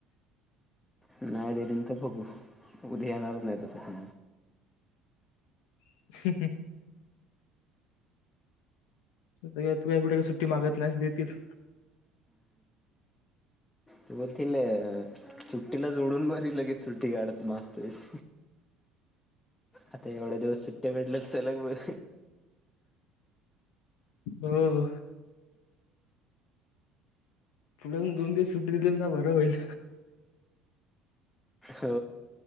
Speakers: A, on the left; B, on the left.
A: नाही दिली ना तर बघू. उद्या येणारच नाही तसं.
B: <inaudible> तू येत नाही कुठे काय सुट्टी मागत नाहीस देतील.
A: तू बोलतील सुट्टीला जोडून बरी लगेच सुट्टी काढत मागतोईस आता एवढ्या दिवस सुट्ट्या भेटलल्यात चल बर.
B: हो मॅडम दोन दिवस सुट्टी दिली तर ना बरं होईल.
A: हो